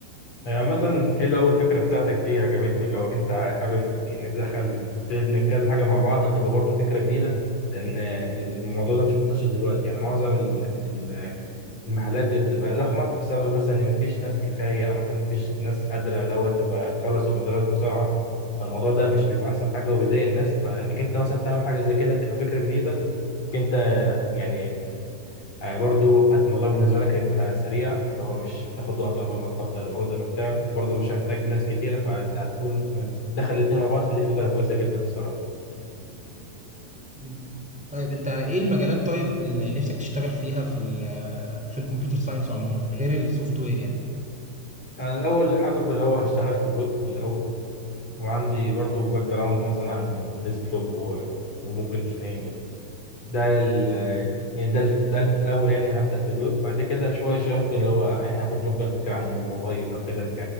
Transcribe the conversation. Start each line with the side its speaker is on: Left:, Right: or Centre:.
Left: هي عامة حلوة أوي الفكرة بتاعتك دي عجبتني لو أنت حابب يعني تدخل تدمج كذا حاجة مع بعض هتبقى برضه فكرة جديدة لأن الموضوع ده مش منتشر دلوقتي يعني معظم ال- ال- المحلات بتبقى زحمة بسبب مثلا إن مفيش ناس كفاية أو مثلا مفيش ناس قادرة اللي هو تبقى تخلص الأوردرات بسرعة فالموضوع ده مش بيبقى أحسن حاجة وبيضايق الناس فإنك أنت مثلا تعمل حاجة زي كده تبقى فكرة جديدة إنك أنت يعني آه، برضو الموضوع بالنسبة لك هيبقى سريع اللي هو مش هتاخد وقت قبل ما تحضر الاوردر وبتاع وبرضو مش هتحتاج ناس كتيرة فأنت هتكون دخل الاتنين مع بعض فدي فكرة كويسة جدا الصراحة
Centre: مم. طيب انت ايه المجالات طيب اللي نفسك تشتغل فيها في ال آه، في الكمبيوتر ساينس عموما غير السوفت وير يعني
Left: أنا الأول حابب اللي هو هشتغل في الويب الأول وعندي برضو باك جراوند مثلا عن الديسكتوب و- وممكن ش- يعني ده ال يعني ده ال- ده ال- في الأول يعني هبدأ بالويب بعد كده شوية شوية ممكن اللي هو يعني هاخد ممكن فكرة عن الموبايل أو كده